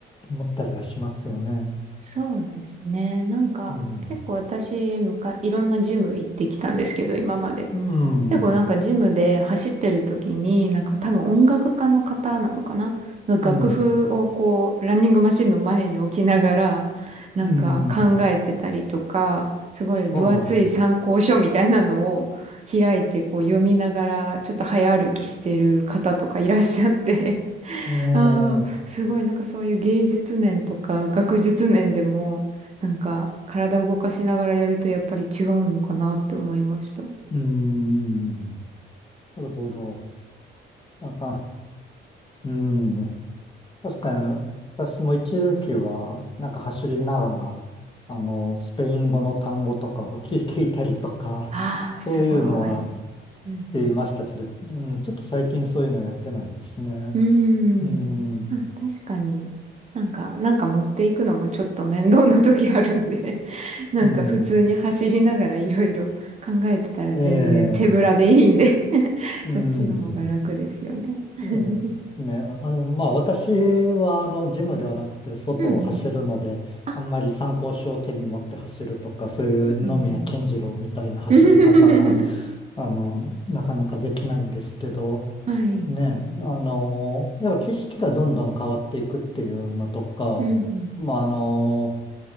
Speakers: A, on the left (about 25°); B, on the right (about 35°).
A: 思ったりはしますよね。
B: そうですね。なんか結構私むかいろんなジム行ってきたんですけど今まで。
A: うん。うん。
B: 結構なんかジムで走ってる時に、
A: うん。
B: なんか多分音楽家の方なのかなが楽譜をこう、
A: うん
B: ランニングマシンの前に置きながら、なんか考えてたりとか、
A: うん、
B: すごい分厚い参考書みたいなのを開いてこう読みながら、
A: は
B: ちょっと早歩きしてる方とかいらっしゃって <laughs>
A: い。ね
B: ああ、
A: え、
B: すごいなんかそういう芸術面とか学術面でも、なんか体を動かしながらやるとやっぱり違うのかなって思いました。
A: うん、なるほど。なんか、うん、確かに、私も一時期は、なんか走りながら、あの、スペイン語の単語とかを聞いていたりとか、
B: ああ、
A: <laughs> そういうのは
B: すごい。うんう
A: していましたけど、うん、ちょっと最近そういうのやってないですね。
B: ん。
A: うん、
B: うーん。あ、確かに。なんか、なんか持っていくのもちょっと面倒な時あるんで、<laughs> なんか普通に走りながらいろいろ考えてたら全然手ぶらでいいんで
A: うん、ええ、
B: <laughs>
A: うん。
B: そっちの方が楽ですよね。<laughs>
A: うんですね。あの、まあ、私は、あの、ジムではなくて、外を走るので、
B: うんうん。あ、
A: あんまり参考書を手に持って走るとか、そういう野宮金次郎みたいな走り方は、
B: うんうんうん。
A: あの、なかなかできないんですけど、
B: <laughs> はい。
A: ね、あの、やっぱ景色がどんどん変わっていくっていうのとか、
B: うん
A: まあ、あの、